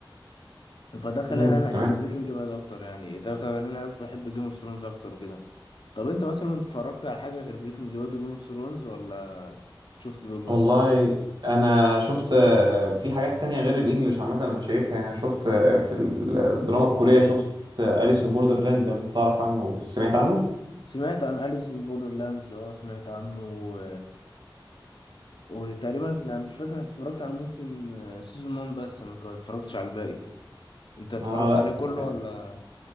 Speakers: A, on the left; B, on the right.
A: فده خلاني
B: امم
A: انا احب
B: تمام.
A: بريكنج باد اكتر يعني ده خلاني قصدي احب جيم اوف ثرونز اكتر وكده طب انت مثلا اتفرجت على حاجة غير بريكنج باد وجيم اوف ثرونز ولا شفت دول بس
B: والله انا شفت آه، في حاجات تانية غير الانجليش عامة انا شايفها يعني شفت آه، في الدراما الكورية شفت أليسون بوردرلاند لو انت تعرف عنه سمعت عنه
A: سمعت عن أليس إن بوردرلاندز اه سمعت عنه و... وتقريبا انا مش فاكر أنا اتفرجت على موسم سيزون 1 بس ما كان- اتفرجتش على الباقي انت اتفرجت
B: اه
A: عليه كله
B: لا
A: ولا